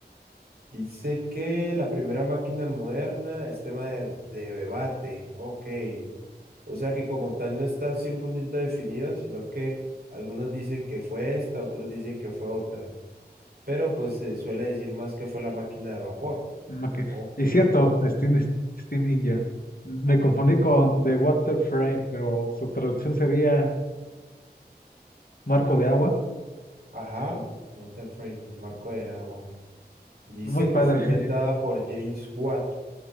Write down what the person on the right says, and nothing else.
Dice que la primera máquina moderna es tema de, de debate. Ok. O sea que como tal no está 100% definido, sino que algunos dicen que fue esta, otros dicen que fue otra. Pero pues se suele decir más que fue la máquina de vapor.
Ok.
Ajá. Water frame, el marco del agua. Dice
que fue inventada
por James Watt.